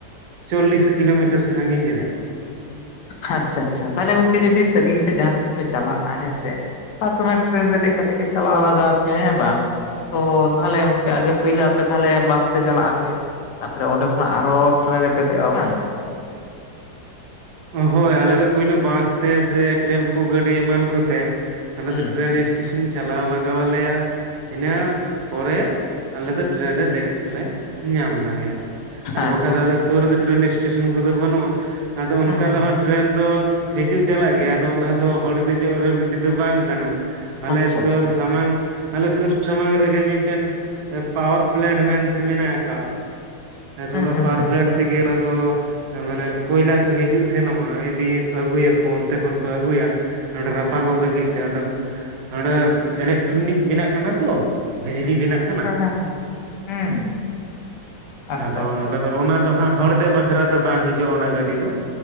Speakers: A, on the right (about 60°); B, on the left (about 70°).
A: ᱪᱚᱞᱞᱤᱥ ᱠᱤᱞᱳᱢᱤᱴᱟᱨ ᱥᱟᱺᱜᱤᱧ ᱨᱮᱼᱼ
B: ᱟᱪᱪᱷᱟ ᱟᱪᱪᱷᱟ ᱛᱟᱦᱚᱞᱮ ᱜᱚᱝᱠᱮ ᱡᱩᱫᱤ ᱥᱟᱺᱜᱤᱧ ᱥᱮᱫ ᱡᱟᱦᱟᱸ ᱛᱤᱥ ᱯᱮ ᱪᱟᱞᱟᱜᱼᱟ᱾ ᱦᱮᱸ ᱥᱮ? ᱟᱯᱮ ᱢᱟ ᱴᱨᱮᱱ ᱨᱮ ᱫᱮᱡᱽ ᱠᱟᱛᱮ ᱜᱮ ᱪᱟᱞᱟᱣ ᱞᱟᱜᱟᱣ ᱟᱯᱮᱭᱟ ᱦᱮᱸ ᱵᱟᱝ? ᱛᱚ ᱛᱟᱦᱚᱞᱮ ᱜᱚᱝᱠᱜᱮ ᱯᱳᱭᱞᱳ ᱟᱯᱮ ᱛᱟᱦᱞᱮ ᱵᱟᱥ ᱛᱮ ᱪᱟᱞᱟᱜ ᱟᱯᱮ? ᱛᱟᱯᱚᱨᱮ ᱚᱸᱰᱮ ᱠᱷᱚᱱᱟᱜ ᱟᱨᱚ ᱴᱨᱮᱱ ᱨᱮᱯᱮ ᱫᱮᱚᱜᱼᱟ ᱵᱟᱝ? ᱾
A: ᱦᱳᱭ ᱟᱞᱮ ᱫᱚ ᱯᱳᱭᱞᱳ ᱵᱟᱥ ᱛᱮ ᱥᱮ ᱴᱮᱢᱯᱩ ᱜᱟᱹᱰᱤ ᱮᱢᱟᱱ ᱠᱚᱛᱮ ᱟᱞᱮ
B: ᱦᱩᱸ
A: ᱫᱚ ᱴᱨᱮᱱᱼᱼ ᱴᱤᱥᱚᱱ ᱪᱟᱞᱟᱣ ᱞᱟᱜᱟᱣ ᱟᱞᱮᱭᱟᱼᱼ ᱤᱱᱟᱹ ᱯᱚᱨᱮ ᱟᱞᱮ ᱫᱚ ᱴᱨᱮᱱ ᱨᱮ ᱫᱮᱡ ᱞᱮ ᱧᱟᱢ ᱫᱟᱲᱮᱭᱟᱜᱼᱟ ᱾ ᱟᱨ
B: ᱟᱪᱪᱷᱟ
A: ᱵᱟᱠᱷᱟᱡ ᱟᱞᱮ ᱥᱩᱨ ᱨᱮᱫᱚ ᱴᱨᱮᱹᱱ ᱮᱥᱴᱮᱥᱚᱱ ᱠᱚᱫᱚ ᱵᱟᱹᱱᱩᱜᱼᱟ᱾ ᱟᱫᱚ ᱚᱱᱠᱟ
B: ᱦᱩᱸ ᱦᱩᱸ
A: ᱫᱚ ᱦᱟᱸᱜᱼᱼ ᱴᱨᱮᱱ ᱫᱚ ᱦᱤᱡᱩᱜ ᱪᱟᱞᱟᱜ ᱜᱮᱭᱟ, ᱟᱫᱚ ᱚᱱᱟ ᱫᱚ ᱦᱚᱲ ᱫᱮᱡᱚᱜ ᱨᱮᱻᱞ ᱜᱟᱹᱰᱤ ᱫᱚ ᱵᱟᱝ ᱠᱟᱱᱟ ᱾ ᱟᱞᱮ
B: ᱟᱪᱪᱷᱟ
A: ᱥᱳᱨ
B: ᱟᱪᱪᱷᱟ
A: ᱥᱟᱢᱟᱝ ᱟᱞᱮ ᱥᱩᱨ ᱥᱟᱢᱟᱝ ᱨᱮᱜᱮ ᱢᱤᱴᱮᱱ ᱼᱼ ᱯᱟᱣᱟᱨ ᱯᱞᱮᱱᱴ ᱢᱮᱱᱛᱮ ᱢᱮᱱᱟᱜ ᱠᱟᱜᱼᱟᱼᱼ ᱦᱮᱸᱛᱚ
B: ᱦᱩᱸ
A: ᱚᱱᱟ
B: ᱦᱩᱸ
A: ᱯᱟᱣᱟᱨ
B: ᱦᱩᱸ
A: ᱯᱞᱮᱱᱴ ᱛᱮᱜᱮ ᱚᱱᱟ ᱫᱚ ᱢᱟᱱᱮ ᱠᱚᱭᱞᱟ ᱠᱚ ᱦᱤᱡᱩᱜᱼᱼ ᱥᱮᱱᱚᱜᱼᱟ᱾ ᱤᱫᱤᱭᱟᱼᱠᱚ ᱟᱹᱜᱩᱭᱟᱠᱚ ᱚᱱᱛᱮ ᱠᱷᱚᱱ ᱠᱚ ᱟᱹᱜᱩᱭᱟ ᱱᱚᱸᱰᱮ ᱨᱟᱯᱟᱜᱚᱜ ᱞᱟᱹᱜᱤᱫ ᱛᱮ ᱚᱸᱰᱮᱼᱼ ᱬᱸᱰᱮ ᱤᱞᱮᱠᱴᱨᱚᱱᱤᱠ ᱵᱮᱱᱟᱜ ᱠᱟᱱᱟ ᱛᱚ ᱵᱤᱡᱽᱞᱤ ᱵᱮᱱᱟᱜ ᱠᱟᱱᱟᱼᱼ
B: ᱦᱮᱸ ᱦᱮᱸ ᱦᱩᱸ ᱟᱪᱪᱷᱟ
A: ᱟᱫᱚ
B: ᱟᱪᱪᱷᱟ
A: ᱱᱚᱰᱮ ᱫᱚ ᱚᱱᱟ ᱫᱚ ᱦᱟᱸᱜ ᱦᱚᱲ ᱫᱮᱡᱽ ᱫᱚ ᱵᱟᱼᱼ ᱠᱷᱨᱟ ᱫᱚ ᱵᱟᱝ ᱦᱤᱡᱩᱜᱼᱟ ᱚᱱᱟ ᱜᱟᱹᱰᱤ ᱫᱚᱼᱼ